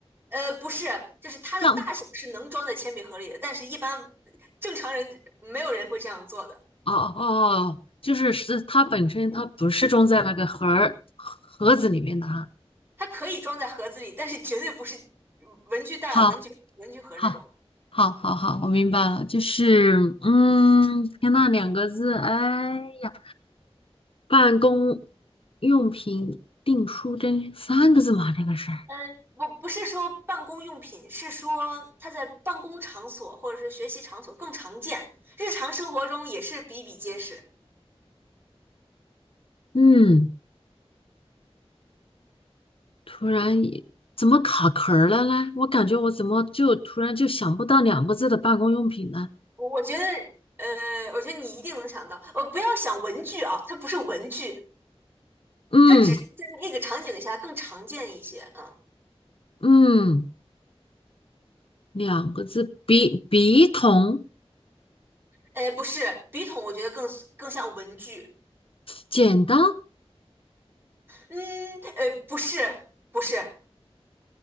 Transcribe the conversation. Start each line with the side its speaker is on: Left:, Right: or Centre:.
Right: 呃，不是，就是它的大小是能装在铅笔盒里的，
Left: 钢，
Right: 但是一般正常人没有人会这样做的。
Left: 哦哦哦，就是是它本身它不是装在那个盒儿盒子里面的哈。
Right: 它可以装在盒子里，但是绝对不是文具袋儿、
Left: 好。
Right: 文具文具盒这种。
Left: 好，好，好，好，我明白了，就是，嗯，天呐，两个字，哎呀，办公用品订书针三个字嘛，这个是，
Right: 嗯，不不是说办公用品，是说它在办公场所或者是学习场所更常见，日常生活中也是比比皆是。
Left: 嗯，突然也怎么卡壳儿了呢？我感觉我怎么就突然就想不到两个字的办公用品呢？
Right: 我我觉得，呃，我觉得你一定能想到。呃，不要想文具啊，它不是文具，
Left: 嗯
Right: 它只是在那个场景下更常见一些。啊。
Left: 嗯，嗯两个字，笔笔筒，
Right: 呃，不是，笔筒我觉得更更像文具。
Left: 剪刀，
Right: 嗯，呃，不是，不是，